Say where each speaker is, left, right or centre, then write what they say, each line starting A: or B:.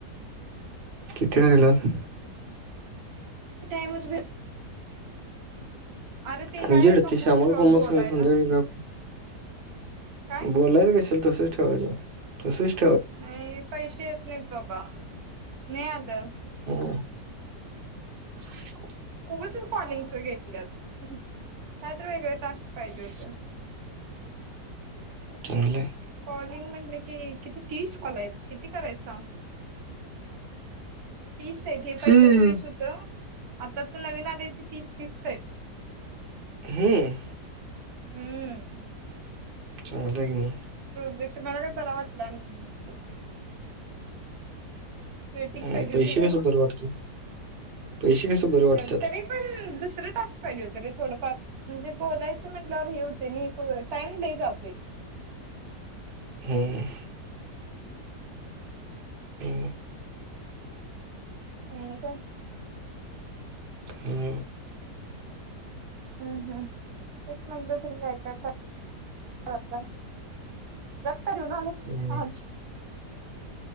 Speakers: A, on the right (about 45°); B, on the right (about 65°).
A: <inaudible> ती हिला --
B: टाईमच भेट अरे ते
A: म्हजेड
B: काय नको
A: ते श्यामल कोमल
B: बोलायला
A: संध्याकाळी जात
B: काय
A: बोलायच कशाला तस -- ठेवायचं तसचं --
B: नाही. पैसे येत नाहीत बाबा. नाही आलं.
A: हं, <inaudible>
B: उगचच कॉलिंगच- - घेतल्यात कायतर वेगळ टास्क पाहिजे होत.
A: चांगलाय.
B: कॉलिंग म्हटलं की किती तीस कॉल हैत किती -- करायच. तीस आहेत हे पहिल्याच
A: हं.
B: वीस होतं आताच नवीन आलय ते तीस तीसच हाइत.
A: हम.
B: हम्म.
A: चांगलं हाय की म
B: प्रोजेक्ट मला काय बरा वाटला नाही ह्यो प्रोजेक्ट. वेटिंग
A: हं,
B: पाहिजे
A: पैसे
B: होती जरा
A: कसं
B: --
A: बरं वाटतं? पैसे कसं बरं
B: ये चल,
A: वाटतात?
B: तरी पण दुसरं टास्क पाहिजे होत रे थोडफार म्हणजे बोलायचं म्हटल्यावर हे होतंय नई टाईम लय जातोय.
A: हम. हमं.
B: हं काय.
A: अं --
B: हम्म हम्. तेच म्हणलं तुला काय काय क -- हो काय. <unintelligible> <unintelligible>
A: हं,
B: आज --